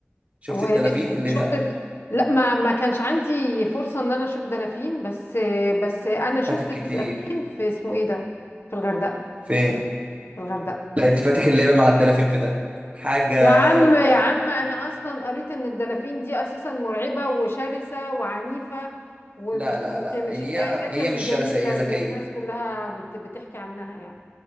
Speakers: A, on the right; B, on the left.
A: شفت
B: وشفت
A: الدلافين اللي هناك
B: د... لا ما ما كانش عندي فرصة ان انا اشوف دلافين بس بس انا شفت
A: فاتك كتير
B: الدلافين في اسمه ايه ده في الغردقة
A: فين
B: في الغردقة
A: لا انت فاتك اللعبة مع الدلافين في دهب حاجة
B: يا عم
A: روعة
B: يا عم انا اصلا قريت ان الدلافين دي اساسا مرعبة وشرسة وعنيفة ومش
A: لا لا
B: مش
A: لا
B: مش
A: هي
B: الكائنات
A: هي
B: الجميلة
A: مش شرسة هي
B: اللي
A: ذكية
B: الناس كلها بت بتحكي عنها يعني